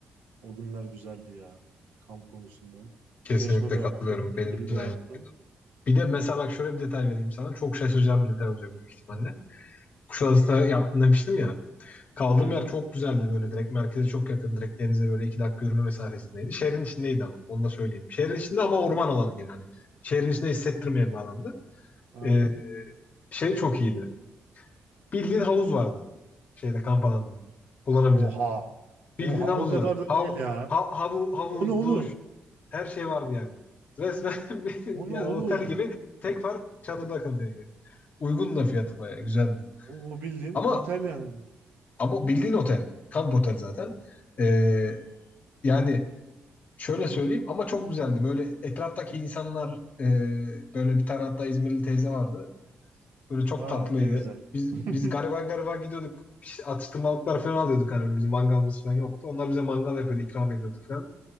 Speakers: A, on the right; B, on the left.
A: O günler güzeldi ya. Kamp konusunda.
B: Kesinlikle
A: Çeşme'de yaptım.
B: katılıyorum.
A: Dikili'de
B: Benim için de
A: yaptım.
B: aynı. fikirde. Bir de mesela bak şöyle bir detay vereyim sana. Çok şaşıracağım bir detay olacak büyük ihtimalle. Kuşadası'na yaptım demiştim ya. Kaldığım
A: Aynen.
B: yer çok güzeldi böyle direkt merkeze çok yakın direkt denize böyle iki dakika yürüme mesafesindeydi. Şehrin içindeydi ama onu da söyleyeyim. Şehrin içinde ama orman alanı yani. Hani Şehrin içinde hissettirmeyen bir alandı.
A: Aynen.
B: Ee, şey çok iyiydi. Bildiğin havuz vardı şeyde kamp alanında kullanabileceğin.
A: Oha.
B: Bildiğin
A: Oha
B: havuz
A: o kadar
B: var.
A: da
B: Hav,
A: değil ya.
B: hav, havu- havuz,
A: O ne oğlum?
B: duş her şey vardı yani. Resmen <laughs> bir-
A: O
B: yani
A: ne oğlum?
B: otel gibi tek fark çadırda kalıyor yani. Uygun da fiyatı bayağı güzeldi.
A: Oğlum o bildiğin
B: Ama
A: otel yani.
B: ama bildiğin otel. Kamp otel zaten. Ee, Yani şöyle söyleyeyim ama çok güzeldi. Böyle etraftaki insanlar e, böyle bir tane hatta İzmirli teyze vardı. Böyle çok
A: Aa
B: tatlıydı.
A: ne güzel.
B: Biz
A: <laughs>
B: biz gariban gariban gidiyorduk. Bir şey- Atıştırmalıklar falan alıyorduk hani böyle bizim mangalımız falan yoktu. Onlar bize mangal yapıyordu, ikram ediyorduk falan.